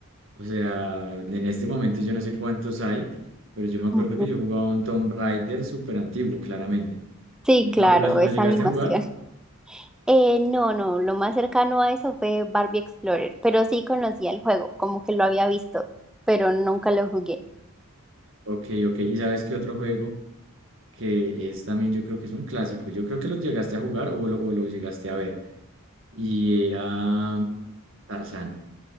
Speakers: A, on the right; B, in the centre.
A: O sea, en este momento yo no sé cuántos hay, pero yo me acuerdo
B: Ujú.
A: que yo jugaba un Tomb Raider súper antiguo, claramente.
B: Sí,
A: ¿Lo,
B: claro,
A: lo, lo
B: esa
A: llegaste
B: animación.
A: a jugar?
B: Eh, no, no, lo más cercano a eso fue Barbie Explorer, pero sí conocía el juego, como que lo había visto, pero nunca lo jugué.
A: Ok, ok. ¿Y sabes qué otro juego que es también, yo creo que es un clásico? Yo creo que lo llegaste a jugar o lo o lo llegaste a ver. y era Tarzán.